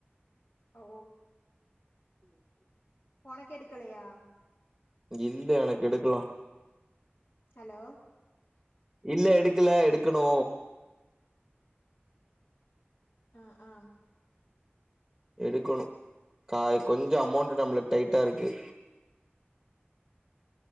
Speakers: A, on the left; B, in the centre.
A: ஓ
B: <unintelligible>
A: உனக்கெடுக்கலையா
B: இல்ல எனக்கெடுக்லா
A: ஹலோ
B: இல்ல எடுக்கல எடுக்கணு
A: ஆ ஆ
B: எடுக்கணு கா கொஞ்ச அமௌண்ட் நம்ளுக்கு டைட்டா இருக்கு